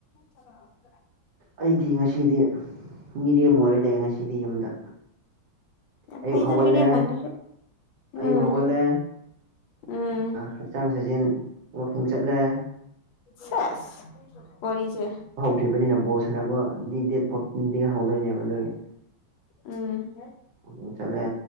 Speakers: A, on the left (about 80°); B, on the right (about 65°).
A: <unintelligible>
B: ꯑꯩꯗꯤ ꯉꯁꯤꯗꯤ ꯃꯤꯔꯦꯝ ꯑꯣꯏꯔ ꯂꯩ ꯉꯁꯤꯗꯤ ꯌꯨꯝꯗ ꯑꯌꯨꯛ
A: ꯐꯥꯏꯗ
B: ꯍꯧꯒꯠꯂꯦ
A: ꯃꯤꯔꯦꯝ ꯑꯣꯏꯕꯁꯨ ꯎꯝ
B: ꯑꯌꯨꯛ ꯍꯧꯒꯠꯂꯦ
A: ꯎꯝ
B: ꯍꯛꯆꯥꯡ ꯁꯥꯖꯦꯜ ꯋꯥꯀꯤꯡ ꯆꯠꯂꯦ
A: ꯁꯦꯁ ꯋꯥꯔꯤꯁꯦ
B: ꯄꯤꯕꯅꯤꯅ ꯕꯣꯜ ꯁꯥꯟꯅꯕꯗꯤ ꯗꯦꯠ ꯐꯣꯔꯇꯤꯟꯗꯒꯤ ꯍꯧꯗꯣꯏꯅꯦꯕ ꯑꯗꯨꯒꯤ
A: ꯎꯝ
B: ꯑꯗꯨꯝ ꯆꯠꯂꯦ